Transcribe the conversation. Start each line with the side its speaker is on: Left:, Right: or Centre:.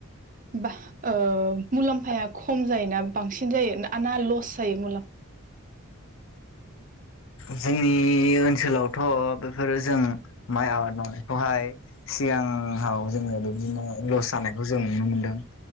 Right: बा। ओ मुलाम्फाया खम जायोना बांसिन जायो ना लस जायो मुलामफा
Left: जोंनि ओनसोलावथ' बेफोरो जों माइ आबाद मावनायखौहाय सिगाङाव जोङो बिदिनो लस जानायखौ जों नुनो मोनदों